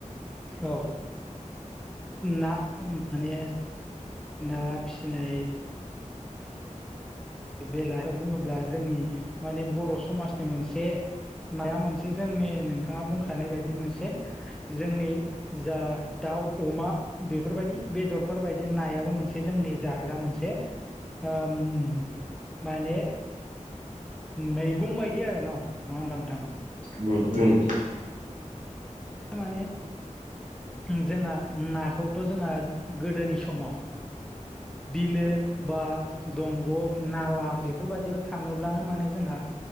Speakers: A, in the centre; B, on the right (about 80°).
A: औ ना उम माने ना फिसिनाय बेलायाव बुङोब्ला जोंनि माने बर' समाजनि मोनसे नाया मोनसे जोंनि नोंथाङा बुंखानाय बायदि मोनसे जोंनि जा दाउ अमा बेफोरबायदि बेदरफोरबायदि नायाबो मोनसे जोंनि जाग्रा मोनसे आ ओम माने मैगं बायदि आरो न' नङा होमबा नोंथां?
B: उम उम।
A: माने उम जोंहा नाखौथ' जोंहा गोदोनि समाव
B: <inaudible>
A: बिलो बा दंग' नाला बेफोरबायदियाव थाङोब्लानो माने जोंहा